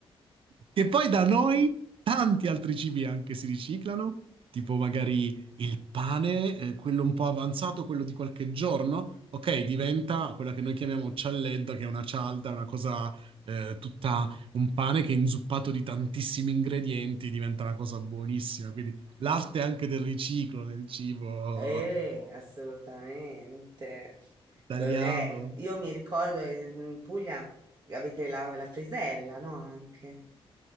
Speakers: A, on the right; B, on the right.
A: che poi da noi tanti altri cibi anche si riciclano, tipo magari il pane, eh, quello un po' avanzato, quello di qualche giorno, ok, diventa quella che noi chiamiamo cialledda, che è una cialda, una cosa eh, tutta un pane che è inzuppato di tantissimi ingredienti, diventa una cosa buonissima. Quindi l'arte anche del riciclo nel cibo
B: Eh, assolutamente.
A: italiano.
B: Co- eh, io mi ricordo in Puglia avete la, la frisella, no? Anche.